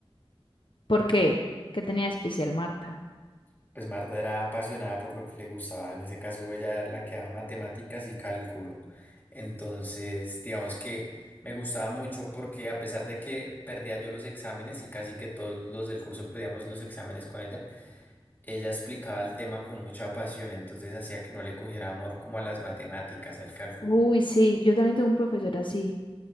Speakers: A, on the left; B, on the left.
A: ¿Por qué? ¿Qué tenía de especial Marta?
B: Pues Marta era apasionada por lo que le gustaba. En ese caso, ella era la que daba matemáticas y cálculo. Entonces, digamos que me gustaba mucho porque a pesar de que perdía yo los exámenes y casi que todos los del curso perdíamos los exámenes con ella, ella explicaba el tema con mucha pasión. Entonces hacía que uno le cogiera amor como a las matemáticas, al cálculo.
A: Uy, sí, yo también tuve un profesor así.